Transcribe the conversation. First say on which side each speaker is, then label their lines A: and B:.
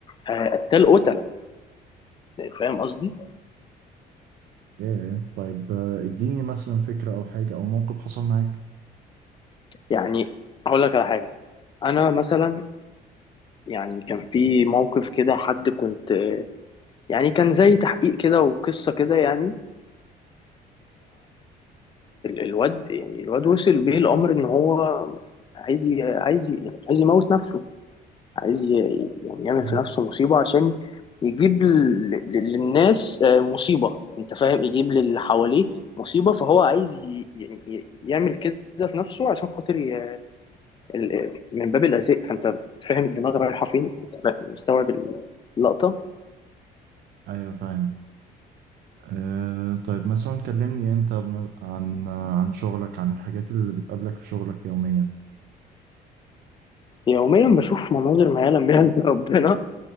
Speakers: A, on the left; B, on the right.
A: آه، قتال قتلة فاهم قصدي
B: ايه إيه. طيب آه، اديني مثلا فكره او حاجه او موقف حصل معاك
A: يعني هقول لك على حاجة انا مثلا يعني كان في موقف كده حد كنت يعني كان زي تحقيق كده وقصة كده يعني ال- الواد يعني الواد وصل بيه الامر ان هو عايز ي- عايز ي- يعني عايز يموت نفسه عايز ي- يعني يعمل
B: ايه
A: في نفسه مصيبه عشان يجيب ل- ل- للناس آه، مصيبه انت فاهم يجيب للي حواليه مصيبه فهو عايز ي- يعني ي- يعمل كده في نفسه عشان خاطر ي- ال- من باب الاذى فانت فاهم الدماغ رايحه فين انت فاهم- مستوعب اللقطه
B: ايوه فاهم آه، طيب مثلا كلمني انت م- عن عن شغلك عن الحاجات اللي بتقابلك في شغلك يوميا
A: يوميا بشوف مناظر ما يعلم بها الا ربنا